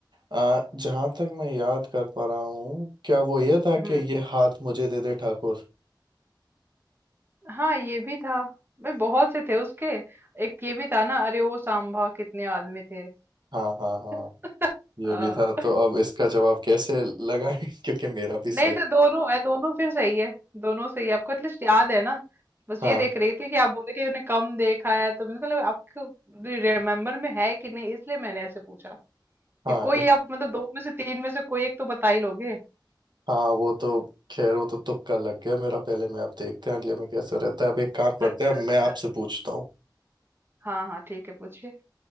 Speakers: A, on the right; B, on the right.
A: आ, जहां तक मैं याद कर पा रहा हूँ क्या वो ये था कि
B: हम्म
A: ये हाथ मुझे दे दे ठाकुर
B: हाँ ये भी था भाई बहुत से थे उसके एक ये भी था ना अरे ओ सांभा कितने आदमी थे
A: हाँ हाँ हाँ
B: <laughs>
A: ये
B: हाँ।
A: भी था तो अब इसका जवाब कैसे लगाए <laughs> क्योंकि मेरा भी सही
B: नहीं तो दोनों है दोनों फिर सही है दोनों सही है आपको एटलीस्ट याद है ना बस
A: हाँ
B: ये देख रही थी कि आप बोले कि उन्हें कम देखा है तो मुझे लगा आपको रिमेम्बर में है कि नहीं इसलिए मैंने ऐसे पूछा
A: हाँ
B: ये कोई
A: इस-
B: आप मतलब दो में से तीन में से कोई एक तो बता ही लोगे
A: हाँ वो तो खैर वो तो तुक्का लग गया मेरा पहले में आप देखते हैं अगले में कैसा रहता है अब एक काम करते
B: अच्छा
A: हैं अब
B: अच्छा
A: मैं आपसे पूछता हूँ
B: हाँ हाँ ठीक है पूछिए